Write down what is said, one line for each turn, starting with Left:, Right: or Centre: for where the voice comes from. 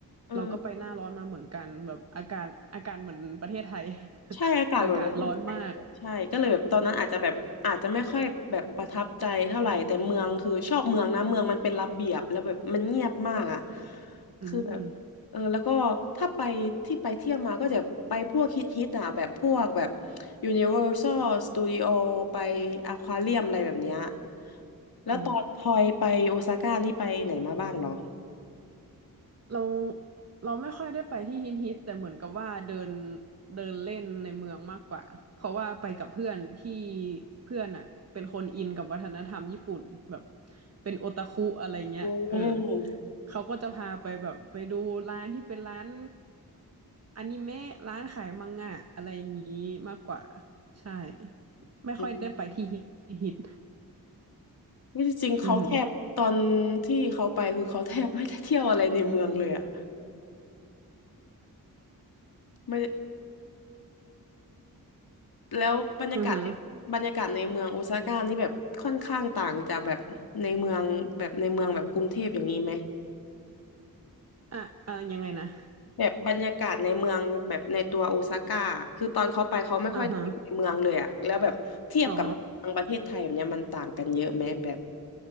Left: เออ
Right: เราก็ไปหน้าร้อนมาเหมือนกันแบบอากาศอากาศเหมือนประเทศไทย <laughs>
Left: ใช่อากาศเหมือนปบะเทศไทยเลยใช่ก็เลยแบบตอนนั้นอาจจะแบบอาจจะไม่ค่อยแบบประทับใจเท่าไหร่แต่เมืองคือชอบเมืองนะเมืองมันเป็นระเบียบแล้วแบบมันเงียบมากอ่ะ
Right: อากาศร้อนมากอืม
Left: คือแบบเออแล้วก็ถ้าไปที่ไปเที่ยวมาก็จะไปพวกฮิตฮิตอ่ะแบบพวกแบบ Universal Studio ไปอควาเรียมอะไรแบบเนี้ยแล้วตอนพลอยไปโอซาก้านี่ไปไหนมาบ้างเหรอ
Right: อ๋อ เราเราไม่ค่อยได้ไปที่ฮิตฮิตแต่เหมือนกับว่าเดินเดินเล่นในเมืองมากกว่าเพราะว่าไปกับเพื่อนที่เพื่อนอ่ะเป็นคนอินกับวัฒนธรรมญี่ปุ่นแบบเป็นโอตาคุอะไรเงี้ยเออ
Left: อ
Right: เขาก็จะพาไปแบบไปดูร้านที่เป็นร้านอนิเมะร้านขายมังงะอะไรอย่างนี้มากกว่าใช่ไม่ค่อยได้ไปที่ฮิตฮิต
Left: ืม วิจริงๆเขาแทบตอนที่เขาไปคือเขาแทบไม่ได้เที่ยวอะไรในเมืองเลยอะ
Right: อือฮึ
Left: ไม่ได้แล้วบรรยากาศ
Right: อือฮึ
Left: บรรยากาศในเมืองโอซาก้านี่แบบค่อนข้างต่างจากแบบในเมืองแบบในเมืองแบบกรุงเทพอย่างนี้ไหม
Right: อ่ะอ่ะยังไงนะ
Left: แบบบรรยากาศในเมืองแบบในตัวโอซาก้าคือตอนเขาไปเขาไม่ค่อยได้อยู่ในเมืองเลยอะแล้วแบบเทียบกับในเมืองประเทศไทยแบบเนี้ยมันต่างกันเยอะไหมแบบ
Right: อ่าฮะอ๋อ